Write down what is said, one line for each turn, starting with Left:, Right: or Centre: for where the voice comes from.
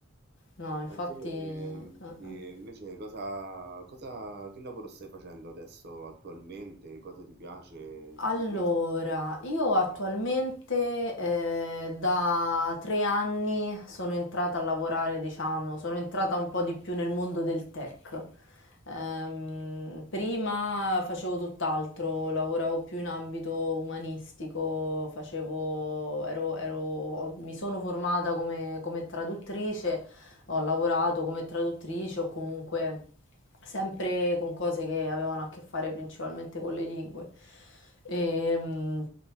Left: No, infatti...
Right: A te,
Left: eh,
Right: ehm,
Left: eh.
Right: di- invece, cosa, cosa, che lavoro stai facendo adesso attualmente? Cosa ti piace
Left: Allora,
Right: di questo? Cosa
Left: io
Right: non ti
Left: attualmente
Right: piace?
Left: eh, da tre anni sono entrata a lavorare, diciamo, sono entrata un po' di più nel mondo del tech. Ehm, prima facevo tutt'altro, lavoravo più in ambito umanistico, facevo, ero, ero- mi sono formata come, come traduttrice ho lavorato come traduttrice o comunque sempre con cose che avevano a che fare principalmente con le lingue. Ehm,